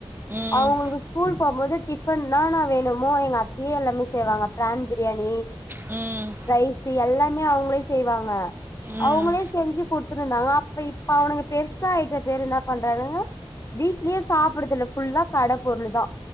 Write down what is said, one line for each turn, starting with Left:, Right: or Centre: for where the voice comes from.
Right: ம்
Left: அவுங்களுக்கு ஸ்கூல் போவ்ம்போது டிஃபன் னானா வேணுமோ எங்க அத்தியே எல்லாமே செய்வாங்க பிரான் பிரியாணி
Right: ம்
Left: ரைஸு எல்லாமே அவங்களே செய்வாங்க
Right: ம்
Left: அவுங்களே செஞ்சு குடுத்துட்டு இருந்தாங்க அப்ப இப்ப அவனுங்க பெருசா ஆயிட்ட பேரு என்ன பண்றானுங்க வீட்லயே சாப்புறதில்ல ஃபுல்லா கட பொருள் தா